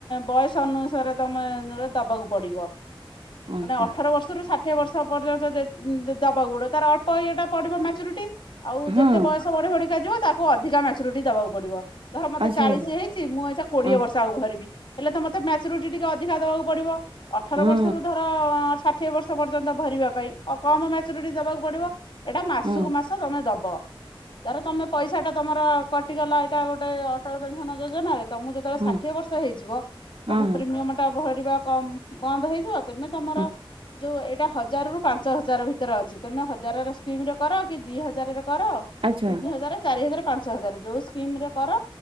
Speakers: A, on the left; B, on the right.
A: ବୟସ ଅନୁସାରେ ତମେ ଦବାକୁ ପଡିବ
B: ଆଚ୍ଛା
A: ମାନେ ଅଠର ବର୍ଷରୁ ଷା ଠିଏ ବର୍ଷ ପର୍ଯ୍ୟନ୍ତ ଦେ ଦବାକୁ ପଡିବ ତାର ଅଳ୍ପ ଇଏଟା ପଡିବ ମ୍ୟାଚୁରିଟି। ଆଉ
B: ହଁ
A: ଯେତେ ବୟସ ବଢି ବଢିକା ଯିବ ତାକୁ ଅଧିକା ମ୍ୟାଚୁରିଟି ଦବାକୁ ପଡିବ। ଧର ମତେ
B: ଆଚ୍ଛା
A: ଚାଳିଶି
B: ଆଚ୍ଛା
A: ହେଇଚି ମୁଁ ଏଇଚା କୋଡିଏ
B: ହଁ
A: ବର୍ଷ ଆଉ ଭରିବି ହେଲେ ତ ମତେ ମ୍ୟାଚ୍ୟୁରିଟି। ଅଧିକା ଦବାକୁ ପଡିବ ଅଠର
B: ହଁ
A: ବର୍ଷରୁ ଧର ଅଁ ଷାଠିଏ ବର୍ଷ ପର୍ଯ୍ୟନ୍ତ ଭରିବା ପାଇଁ ଅ କମ ମ୍ୟାଚୁରିଟି ଦେବାକୁ ପଡିବ ଏଟା ମାସକୁ
B: ହଁ
A: ମାସ ତମେ ଦବ ଧର ତମେ ପଇସାଟା ତମର କଟିଗଲା ଏଇଟା ଗୋଟେ ଅ ଟାଳ ପେସନ ଯୋଜନାରେ ତମକୁ ଯେତେବେଳେ
B: ହଁ
A: ଷଠିଏ ବର୍ଷ ହେଇଯିବ
B: ହଁ
A: ତମ ପ୍ରିମିୟମ ଟା ଭରିବା କମ୍ ବନ୍ଦ ହେଇଯିବ ତେମେ ତମର
B: ହଁ
A: ଯୋଉ ଏଇଟା ହଜାରରୁୁ ପାଞ୍ଚ ହ ଜାର ଭିତରେ ଅଛି ତମେ ହଜାରରେ ସ୍କିମ୍ ରେ କର କି ଦି ହଜାରରେ କର
B: ଆଚ୍ଛା
A: ତିନି ହଜାର, ଚାରି ହଜାର ପାଞ୍ଚ ହଜାର ଯୋଉ ସ୍କିମ ରେ କର